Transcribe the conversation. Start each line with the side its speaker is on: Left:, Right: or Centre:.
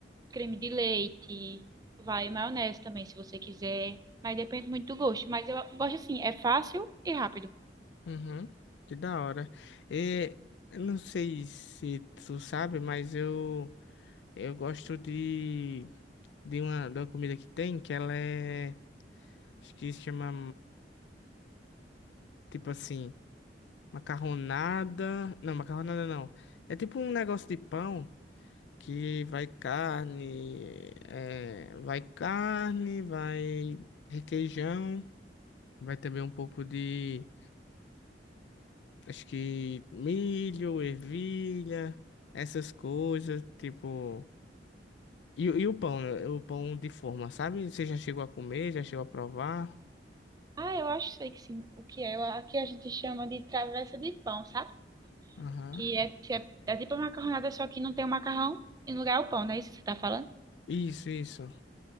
Right: creme de leite, vai maionese também, se você quiser. Mas depende muito do gosto. Mas eu gosto assim, é fácil e rápido.
Left: uhum. Que da hora. E, eu não sei se tu sabe, mas eu eu gosto de de uma, de uma comida que tem que ela é acho que se chama tipo assim macarronada. Não, macarronada não. É tipo um negócio de pão. que vai carne, é, vai carne, vai requeijão, vai também um pouco de, acho que milho, ervilha, essas coisas, tipo. E, e o pão, né? o pão de forma, sabe? Você já chegou a comer, já chegou a provar?
Right: Ah, eu acho sei que sim, o que é. Eu- Aqui a gente chama de travessa de pão, sabe?
Left: Aham.
Right: Que é, é, é tipo a macarronada, só que não tem o macarrão e no lugar é o pão, não é isso que você tá falando?
Left: Isso, isso.